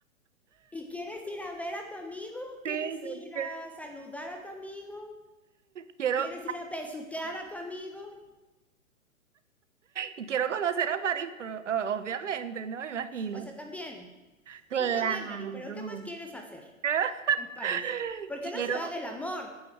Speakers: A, in the centre; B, on the right (about 60°).
A: ¿Y quieres ir a ver a tu amigo?
B: Sí,
A: ¿Quieres
B: yo
A: ir
B: quiero.
A: a saludar a tu amigo?
B: Quiero.
A: ¿Quieres ir a besuquear a tu amigo?
B: Y quiero conocer a París, pero, o- obviamente, ¿no? Imagina.
A: O sea, también.
B: Claro.
A: Sí, también, Mary, pero ¿qué más quieres hacer
B: <laughs>
A: en París? Porque es la ciudad
B: Quiero.
A: del amor.